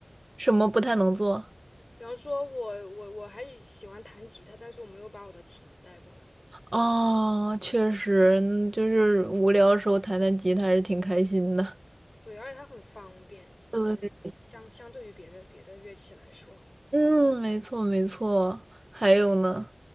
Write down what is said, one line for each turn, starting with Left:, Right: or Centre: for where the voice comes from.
Right: 什么不太能做？
Left: 比方说我我我还喜欢弹吉他，但是我没有把我的琴带过来。
Right: 哦，确实，嗯就是无聊的时候弹弹吉他还是挺开心的。
Left: 对，而且它很方便，
Right: 对，
Left: 就是相相对于别的别的乐器来说，
Right: 嗯，没错没错。还有呢？